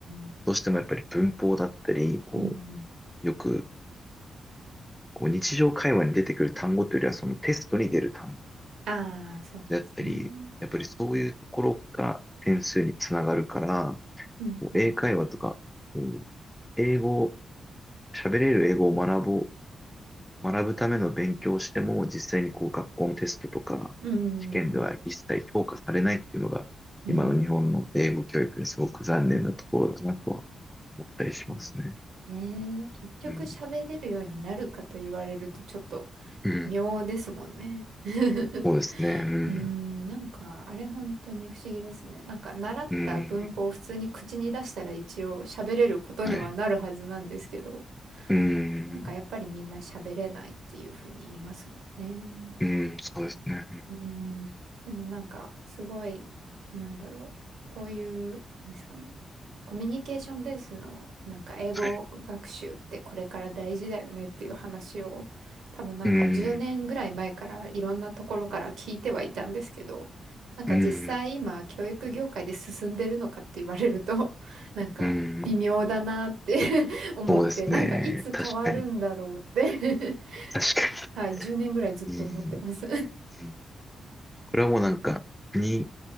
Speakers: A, on the right; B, in the centre.
A: ん。
B: どうしてもやっぱり文法だったり、こ
A: うん
B: よくこう日常会話に出てくる単語というよりは、そのテストに出る単語
A: ああー、そうですね。
B: であったり、やっぱりそういうところが点数につながるから、
A: うんうん。
B: こう英会話とか、こう英語、喋れる英語を学ぼう、学ぶための勉強をしても、実際にこう学校のテストとか、
A: うん。
B: 試験では一切評価されないっていうのが、
A: うん。
B: 今の日本の英語教育にすごく残念なところだなとは思ったりしますね。
A: そうね。結局喋れるようになるかと言われるとちょっと
B: うん。うん。
A: 妙ですもんね。<laughs>
B: そうですね。うん。
A: うん。なんか、あれ本当に不思議ですね。なんか、習った文法を普通に口に出したら一応喋れることにはなるはずなんですけど。
B: うん。はい。うーん、
A: なんかやっぱりみんな喋れないっていうふうに言いますもんね。
B: うーん、そうですね。
A: うん。でもなんか、すごい、なんだろう。こういう、なんですかね。コミュニケーションベースの、なんか英語学習ってこれから大事だよねっていう話を、
B: はい。
A: 多分なんか10年ぐらい前からいろんなところから聞いてはいたんですけど、
B: うーん、
A: なんか実際今、
B: うーん、
A: 教育業界で進んでるのかって言われると、<laughs> なんか微妙だなって
B: うーん、
A: <laughs> 思って、
B: そうですね。
A: なんかいつ変わるんだろうって
B: 確かに、
A: <laughs>
B: 確か
A: はい、10年ぐらいずっと思ってます
B: に。うーん、うんこれはもうなんか、国